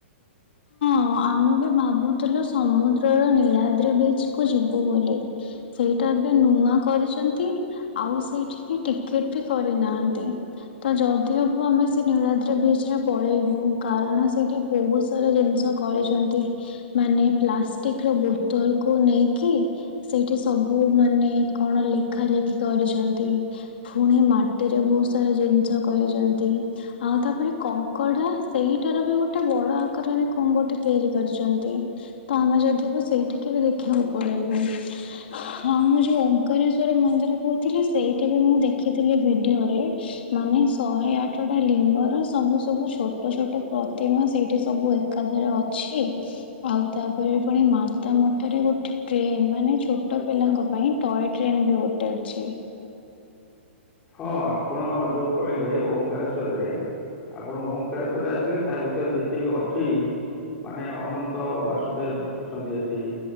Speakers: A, on the left; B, on the left.
A: ହଁ ଆମେ ବି ଭାବୁଥିଲୁ ସମୁଦ୍ରର ନୀଳାଦ୍ରି ବିଚକୁ ଯିବୁ ବୋଲି ସେଇଟା ଏବେ ନୂଆ କରିଛନ୍ତି ଆଉ ସେଇଠିକି ଟିକଟ ବି କରିନାହାନ୍ତି ତ ଯ ଯଦି ହବୁ ଆମେ ସେ ନୀଳାଦ୍ରି ବ୍ରିଚ୍ ରେ ପଳେଇବୁ କାରଣ ସେଇଠି ବହୁତ ସାରା ଜିନିଷ କରିଛନ୍ତି ମାନେ ପ୍ଲାଷ୍ଟିକର ବୋତଲକୁ ନେଇକି ସେଇଠି ସବୁ କୋଉ ମାନେ କଣ ଲେଖା ଲେଖି କରିଛନ୍ତି ଫୁଣି ମାଟିରେ ବହୁତ ସାରା ଜିନିଷ କରିଛନ୍ତି ଆଉ ତାପରେ କଙ୍କଡା ସେଇଟାର ବି ଗୋଟେ ବଡ ଆକାରରେ କଣ ଗୋ ଟେ ତିଆରି କରିଛନ୍ତି ତ ଆମେ ଯଦି ହେବ ସେଇଠିକି ବି ଦେଖିଆକୁ ପଳେଇବୁ। ହଁ ମୁଁ ଯୋଉ ଓଙ୍କାରେଶ୍ଵରରେ ମନ୍ଦିର କହୁଥିଲି ସେଇଠି ବି ମୁଁ ଦେଖିଥିଲି ଭିଡିଓରେ ମାନେ ଶହେ ଆଠଟା ଲିଙ୍ଗର ସବୁ ସବୁ ଛୋଟ ଛୋଟ ପ୍ରତିମା ସେଇଠି ସବୁ ଏକାଧରେ ଅ ଛି ଆଉ ତାପରେ ପୁଣି ମାତା ମଠରେ ଗୋଟେ ଟ୍ରେନ ମାନେ ଛୋଟ ପିଲାଙ୍କ ପାଇଁ ଟଏ ଟ୍ରେନ ବି ଗୋଟେ ଅଛି।
B: ହଁ ଆପଣ ଯୋଉ କହିଲେ ଓଙ୍କାରେଶ୍ଵରରେ ଆପଣ ଓଙ୍କାରେଶ୍ଵରରେ ଆସିଲେ ତା ଭିତରେ ଯେତିକି ଅଛି ମାନେ ଅନନ୍ତ ବାସୁଦେବ ଅଛନ୍ତି ଏଠି